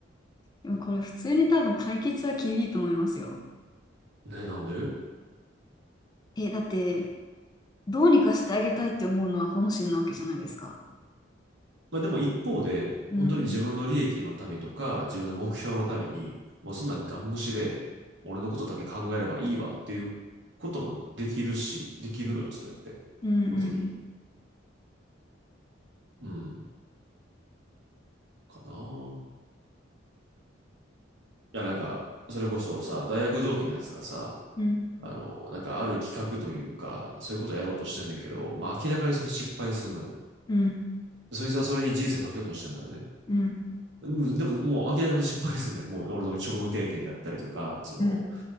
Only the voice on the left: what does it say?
でもこれ普通に多分解決は厳しいと思いますよ。
え、だって、どうにかしてあげたいって思うのは本心なわけじゃないですか。
うん、
うん、うん、
うん、
うん、
うん、
うん。